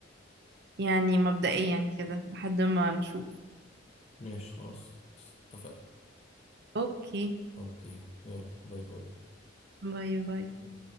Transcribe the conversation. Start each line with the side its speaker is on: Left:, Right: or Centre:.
Right: يعني مبدئيا كده لحد ما نشوف
Left: ماشي خلاص اتفقنا
Right: اوكي
Left: اوكي يلا باي
Right: باي باي
Left: باي